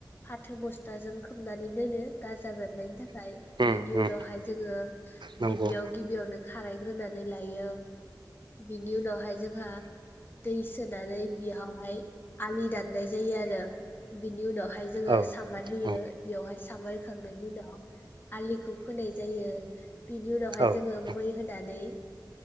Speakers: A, on the left; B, on the right.
A: फाथो बस्ताजों खोबनानै दोनो। गाजा बेरनायनि थाखाय
B: उम
A: बिनि
B: उम
A: उनावहाय जोङो
B: नंगौ
A: दुब्लियाव गिबियावनो खारायग्रोनानै लायो बिनि उनावहाय जोंहा दै सोनानै बिहावहाय आलि दाननाय जायो आरो बिनि उनावहाय जोङो
B: औ
A: सामार होयो
B: औ
A: बियावहाय सामार खांनायनि उनाव आलिखौ खोनाय जायो बिनि उनावहाय
B: औ
A: जोङो मै होनानै